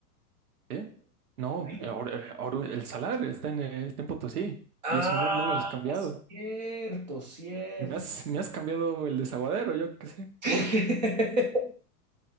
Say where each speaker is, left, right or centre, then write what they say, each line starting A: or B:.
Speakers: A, on the right (about 60°); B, on the right (about 30°).
A: ¿eh? No,
B: Sí.
A: eh, Or- eh, Oru- el Salar está en, eh, está en Potosí
B: Ah,
A: y eso no, no me lo has cambiado.
B: cierto, cierto.
A: Me has, me has cambiado el desaguadero, yo qué sé.
B: <laughs>